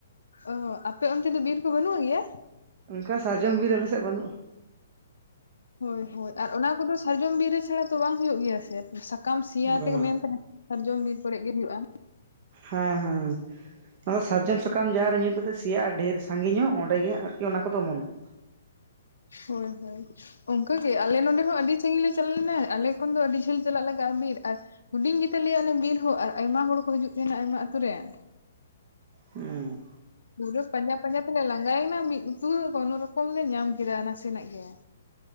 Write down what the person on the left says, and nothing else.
ᱚᱦ ᱟᱯᱮ ᱚᱱᱛᱮ ᱫᱚ ᱵᱤᱨ ᱠᱚ ᱵᱟᱹᱱᱩᱜ ᱜᱮᱭᱟ᱾
ᱦᱳᱭ ᱦᱳᱭ ᱟᱨ ᱚᱱᱟ ᱠᱚᱫᱚ ᱥᱟᱨᱡᱚᱢ ᱵᱤᱨ ᱨᱮ ᱪᱷᱟᱲᱟ ᱛᱚ ᱵᱟᱝ ᱦᱩᱭᱩᱜ ᱜᱮᱭᱟ ᱥᱮ <inaudible> ᱥᱟ᱾ ᱠᱟᱢ ᱥᱤᱸᱭᱟ
ᱛᱮᱜᱮ ᱢᱮᱱ ᱛᱟᱱᱟᱢ ᱦᱚᱣᱟᱨ ᱡᱚᱢ ᱵᱤᱨ ᱯᱮᱨᱮᱡᱽ ᱜᱮ ᱦᱩᱭᱩᱜᱼᱟ᱾
ᱦᱳᱭ ᱦᱳᱭ᱾ ᱚᱱᱠᱟᱜᱮ ᱟᱞᱮ ᱱᱚᱸᱰᱮ ᱦᱚᱸ ᱟᱹᱰᱤ ᱥᱟᱹᱜᱤᱧ ᱞᱮ ᱪᱟᱞᱟᱣ ᱞᱮᱱᱟ ᱟᱞᱮ ᱠᱷᱚᱱ ᱫᱚ ᱟᱹᱰᱤ ᱡᱷᱟᱹᱞ ᱪᱟᱞᱟᱜ ᱞᱟᱜᱟᱜ-ᱟ ᱵᱤᱨ ᱟᱨ᱾ ᱦᱩᱰᱤᱧ ᱜᱮᱛᱟᱞᱮᱭᱟ ᱚᱱᱮ ᱵᱤᱨ ᱦᱚᱸ ᱟᱨ ᱟᱭᱢᱟ ᱦᱚᱲ ᱠᱚ ᱦᱤᱡᱩᱜ ᱛᱟᱦᱮᱱᱟ ᱟᱭᱢᱟ ᱟᱛᱩᱨ ᱨᱮᱱ᱾
ᱯᱩᱨᱟᱹ ᱯᱟᱸᱡᱟ ᱯᱟᱸᱡᱟ ᱛᱮᱞᱮ ᱞᱟᱸᱜᱟᱭᱮᱱᱟ ᱢᱤᱫ ᱩᱛᱩ ᱠᱚᱱᱳ ᱨᱚᱠᱚᱢ ᱞᱮ ᱧᱟᱢ ᱠᱮᱫᱟ ᱱᱟᱥᱮᱱᱟᱜ ᱜᱮ᱾